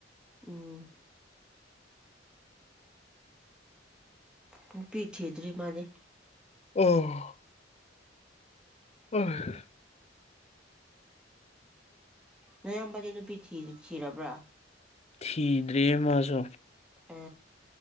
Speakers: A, in the centre; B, on the left (about 35°).
A: ꯎꯝ ꯅꯨꯄꯤ ꯊꯤꯗ꯭ꯔꯤ ꯃꯥꯗꯤ
B: ꯑꯝ ꯎꯝ
A: ꯅꯌꯥꯝꯕꯗꯤ ꯅꯨꯄꯤ ꯊꯤ ꯊꯤꯔꯕ꯭ꯔꯥ
B: ꯊꯤꯗ꯭ꯔꯤꯌꯦ ꯃꯥꯁꯨ
A: ꯑ